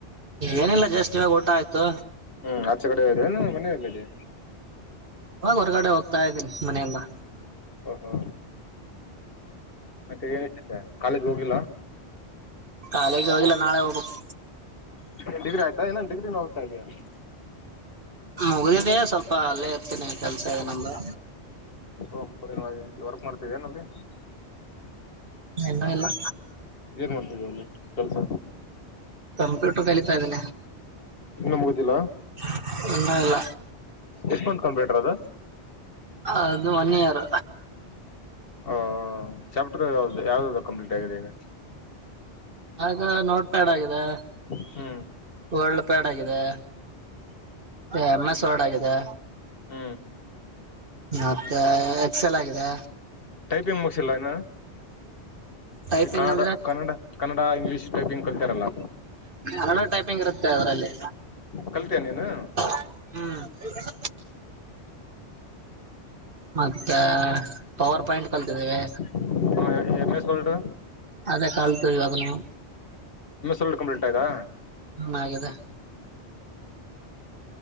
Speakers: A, on the right; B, on the left.
A: ಏನಿಲ್ಲ ಜಷ್ಟ ಇವಾಗ ಊಟ ಆಯ್ತು
B: ಹ್ಮ್ ಆಚೆ ಕಡೆ ಏರಿಯಾ ನಿಮ್ಮ ಮನೆಯಲ್ಲಿದೆ
A: ಇವಾಗ ಹೊರಗಡೆ ಹೋಗ್ತಾ ಇದ್ದೀನಿ ಮನೆಗ್ ಬಾ
B: ಓಹೋ ಮತ್ತೆ ಏನ್ <unintelligible> ಕಾಲೇಜ್ ಗೆ ಹೋಗಿಲ್ಲಾ
A: ಕಾಲೆಜ್ ಹೋಗಿಲ್ಲ ನಾಳೆ ಹೋಬಕ್
B: ಇಗೆನ್ ಡಿಗ್ರಿ ಆಯ್ತಾ ಇನ್ನೇನ್ ಡಿಗ್ರಿ ನ ಹೋಗ್ತಾ ಇದಿಯಾ
A: ಮುಗಿದಿದೆ ಸ್ವಲ್ಪ ಅಲ್ಲೇ ಇರ್ತೀನಿ ಕೆಲ್ಸ ಇದೆ ನಂದು
B: ಓಹ್ <unintelligible> ವರ್ಕ್ ಮಾಡ್ತೇದಿ ಏನಲ್ಲಿ.
A: ಇನ್ನು ಇಲ್ಲಾ
B: ಏನ್ ಮಾಡ್ತಿದಿಯಾ ಅಲ್ಲಿ ಕೆಲ್ಸ್
A: ಕಂಪ್ಯೂಟರ್ ಕಲಿತಾ ಇದೇನೆ
B: ಇನ್ನೂ ಮುಗದಿಲ್ಲಾ
A: <unintelligible> ಇಲ್ಲಾ ಇಲ್ಲ
B: ಎಷ್ಟಮಂತ್ ಕಂಪ್ಯೂಟರ್ ಅದ
A: ಅದು ಒನ್ ಇಯರ್
B: ಓ ಚಾಪ್ಟರ್ ಯಾವ್ದ ಯಾವ್ದದ್ ಕಂಪ್ಲೀಟ್ ಆಗಿದೆ ಈಗ.
A: ಅದ ನೋಟ್ ಪ್ಯಾಡ್ ಆಗಿದೆ
B: <inaudible> ಹ್ಮ.
A: ವರ್ಲ್ಡ್ ಪ್ಯಾಡ್ ಆಗಿದೆ ಎಮ್ ಎಸ್ ವರ್ಡ್ ಆಗಿದೆ
B: ಹ್ಮ.
A: ಮತ್ತ ಎಕ್ಸೆಲ್ ಆಗಿದೆ
B: ಟೈಪಿಂಗ್ ಮುಗ್ಸಿಲ್ಲ ಹೀನ.
A: ಟೈಪಿಂಗ್
B: ಈ ಕನ್ನಡ
A: ಅಂದ್ರೆ
B: ಕನ್ನಡ ಕನ್ನಡ ಇಂಗ್ಲಿಷ್ ಟೈಪಿಂಗ್ ಕಲ್ತಿರಲ್ಲ.
A: ಹಲಡೆ ಟೈಪಿಂಗ್ ಇರುತ್ತೆ ಅದರಲ್ಲಿ.
B: ಕಲ್ತಿಯ ನೀನು.
A: ಹ್ಮ್ ಮತ್ತ ಪವರ್ ಪಾಯಿಂಟ್ ಕಲ್ತಿದ್ದೀವಿ.
B: ಹ್ಮ <unintelligible> ಎಮ್ಮೆಸ್ ವರ್ಡು.
A: ಅದೇ ಕಲ್ತವಿ ಅದನ್ನು.
B: ಎಮ ಎಸ್ ವರ್ಡ್ ಕಂಪ್ಲಿಟ ಆಯ್ತಾ.
A: ಹ್ಮ್ ಆಗಿದೆ.